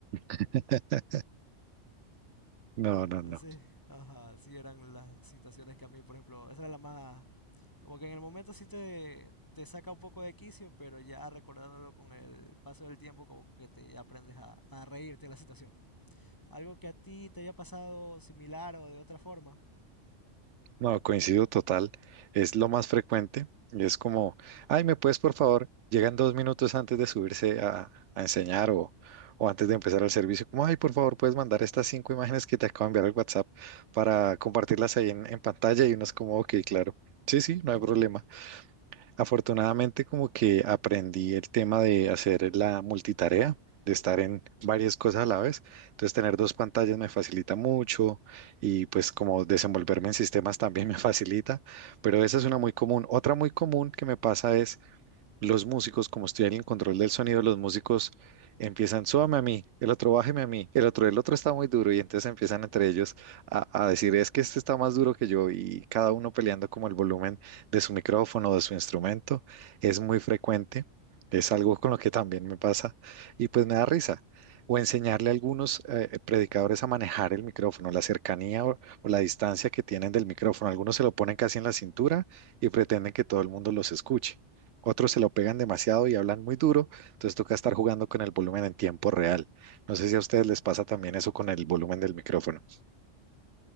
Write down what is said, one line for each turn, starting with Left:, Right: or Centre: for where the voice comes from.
Right: <laughs> No, no,
Left: Entonces,
Right: no.
Left: ajá, sí eran las situaciones que a mí, por ejemplo, esa era la más... Como que en el momento sí te, te saca un poco de quicio, pero ya recordándolo con el paso del tiempo, como que te ya aprendes a, a reírte de la situación. Algo que a ti te haya pasado similar o de otra forma.
Right: No, coincido total. Es lo más frecuente. Y es como, ay, ¿me puedes, por favor? Llegan dos minutos antes de subirse a, a enseñar o, o antes de empezar el servicio. Como, ay, por favor, puedes mandar estas cinco imágenes que te acabo de enviar al WhatsApp para compartirlas ahí en, en pantalla. Y uno es como, ok, claro. Sí, sí, no hay
Left: <laughs>
Right: problema. Afortunadamente, como que aprendí el tema de hacer la multitarea, de estar en
Left: Ajá.
Right: varias cosas a la vez. Entonces, tener dos pantallas me facilita mucho y pues como desenvolverme en sistemas también <laughs> me facilita, pero esa es una muy común. Otra muy común que me pasa es los músicos, como estoy en el control del sonido, los músicos empiezan, súbame a mí, el otro bájeme a mí, el otro, el otro está muy duro, y entonces empiezan entre ellos a, a decir, es que este está más duro que yo, y cada uno peleando como el volumen de su micrófono o de su instrumento, es muy frecuente, es algo con lo que también me pasa, y pues me da risa. O enseñarle a algunos eh, predicadores a manejar el micrófono, la cercanía o o la distancia que tienen del micrófono. Algunos se lo ponen casi en la cintura y pretenden que todo el mundo los escuche. Otros se lo pegan demasiado y hablan muy duro, entonces toca estar jugando con el volumen en tiempo real. No sé si a ustedes les pasa también eso con el volumen del micrófono.